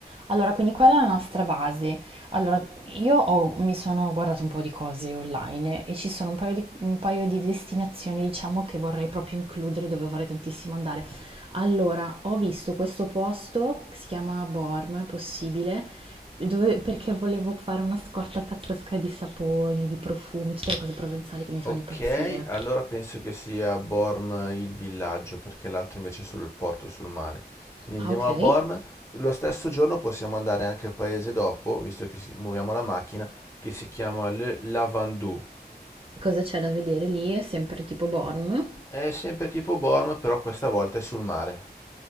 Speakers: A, on the right (about 35°); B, on the left (about 15°).
A: Allora, quindi quella è la nostra base. Allora, io ho- mi sono guardato un po' di cose online e ci sono un paio di, un paio di destinazioni, diciamo, che vorrei proprio includere, dove vorrei tantissimo andare. Allora, ho visto questo posto, che si chiama Borm, possibile, dove- perché volevo fare una scorta pazzesca di saponi, di profumi, tutte le cose provenzali che mi fanno
B: Ok,
A: impazzire.
B: allora penso che sia Borm il villaggio, perché l'altro invece è solo il porto sul mare. Quindi
A: Ah,
B: andiamo
A: ok.
B: a
A: E
B: Borm. Lo stesso giorno possiamo andare anche al paese dopo, visto che si- muoviamo la macchina, che si chiama Le Lavandou.
A: Cosa c'è da vedere lì? È sempre tipo Borm.
B: È sempre tipo Borm, però questa volta è sul mare.